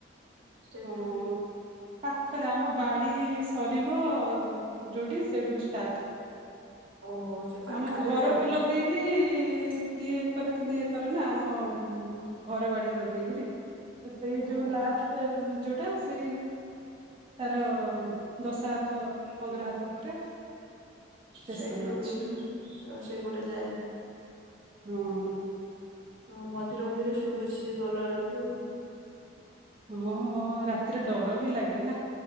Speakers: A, on the right (about 80°); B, on the right (about 30°).
A: ଷ୍ଟେସ
B: ହଁ। ପାଖରେ, ଆମ ବାଡି ସରିବ ଯୋଉଠି ସେଇଠୁ ଷ୍ଟାର୍ଟ।
A: ଓହୋ ସେ ପାଖରେ
B: ଆମ ଘରକୁ
A: ଆଉ
B: ଲଗେଇକି <unintelligible> ଦି ଏକର ତିନି ଏକର ନା, ଆମ ଘର ବାଡି ଲଗେଇ କିରି ସେଇ,
A: ଓ
B: ଯୋଉ ଲାଷ୍ଟ ଯୋଉଟା ସେଇ ତାର, ଦଶ ହାତ ପନ୍ଦର ହାତ ପରେ ଷ୍ଟେସନ
A: ସେଇଠୁ
B: ଅଛି
A: <unintelligible> ସେଇପଟେ ଯାଏ।
B: ହଁ ହଁ
A: ହଁ, ମଝିରେ ମଝିରେ ଶୁଭୁଛି। ସେ ଗଲା ବେଳକୁ
B: ହଁ ହଁ, ରାତିରେ ଡର ବି ଲାଗେ ନା,